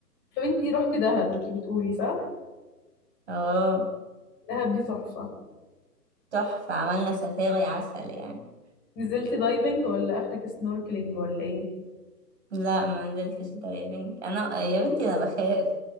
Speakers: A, on the left (about 20°); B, on the right (about 40°).
A: طب انتي رحتي دهب انتي بتقولي صح
B: اه
A: دهب دي تحفة
B: تحفة عملنا سفاري عسل يعني
A: نزلتي دايفنج ولا اخرك سنوركلينج ولا ايه
B: لا ما نزلتش دايفنج انا يا بنتي انا بخاف